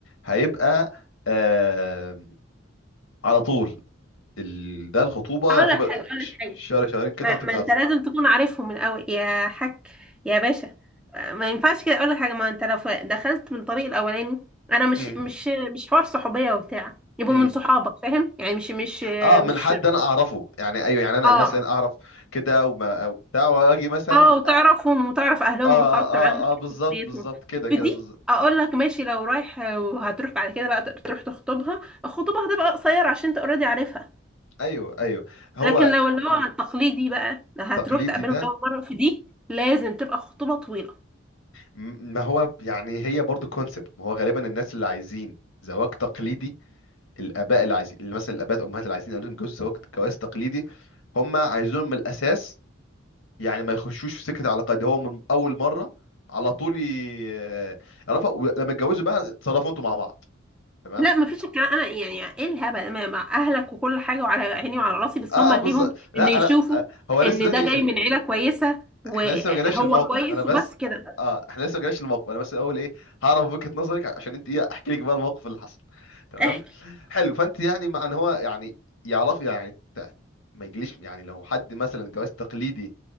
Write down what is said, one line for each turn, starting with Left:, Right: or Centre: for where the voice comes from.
Left: هيبقى آه... على طول ال... ده الخطوبه
Centre: اقول
Left: الخطوبه
Centre: لك حاجه اقول
Left: ش-
Centre: لك حاجه
Left: شهر شهرين كده
Centre: ما,
Left: وتبدا
Centre: ما انت
Left: على طول
Centre: لازم تكون عارفهم من الاول يا حاج يا باشا ما ينفعش كده اقول لك حاجه ما انت لو ف- دخلت من الطريق الاولاني انا مش
Left: امم
Centre: مش مش حوار صحوبيه وبتاع يبقوا
Left: امم
Centre: من صحابك فاهم يعني مش مش
Left: اه من
Centre: مش
Left: حد انا اعرفه يعني ايوه يعني انا
Centre: اه
Left: مثلا اعرف كده وما أو بتاع واجي مثلا
Centre: اه وتعرفهم وتعرف اهلهم
Left: اه اه
Centre: وخرجت
Left: اه,
Centre: معاهم وشفت
Left: آه بالظبط
Centre: شخصيتهم
Left: بالظبط كده
Centre: في
Left: كده
Centre: دي
Left: بالظبط
Centre: اقول لك ماشي لو رايح وهتروح بعد كده بقى تروح تخطبها الخطوبه هتبقى قصيره عشان انت اوريدي عارفها
Left: ايوه ايوه هو
Centre: لكن لو اللي
Left: مم،
Centre: هو التقليدي بقى هتروح
Left: تقليدي
Centre: تقابلهم
Left: ده
Centre: اول مره في دي لازم تبقى خطوبه طويله
Left: م- ما هو يعني هي برضو كونسبت ما هو غالبا الناس اللي عايزين زواج تقليدي الاباء اللي عايزين اللي مثلا الاباء الامهات اللي عايزين اولادهم يتجوزوا زواج جواز تقليدي هم عايزينهم من الاساس يعني ما يخشوش في سكه علاقات دي هو من اول مره على طول ي- يعرفها ولما يتجوزوا بقى اتصرفوا انتوا مع بعض تمام
Centre: لا مفيش الكلام انا يعني ايه الهبل ما- مع اهلك وكل حاجه وعلى عيني وعلى راسي بس
Left: اه
Centre: هم ليهم
Left: اه بالظبط لا
Centre: ان يشوفوا
Left: انا آه هو لسه
Centre: ان ده
Left: دلوقتي
Centre: جاي من عيله كويسه وهو
Left: احنا لسه ما جالناش الموقف
Centre: كويس
Left: انا بس
Centre: وبس كده
Left: اه احنا لسه ما جالناش الموقف انا بس الاول ايه هعرف وجهة نظرك عشان انت ايه احكي لك بقى الموقف اللي حصل تمام
Centre: احكي
Left: حلو فانت يعني مع ان هو يعني يعرف يعني ت- ما يجليش يعني لو حد مثلا جواز تقليدي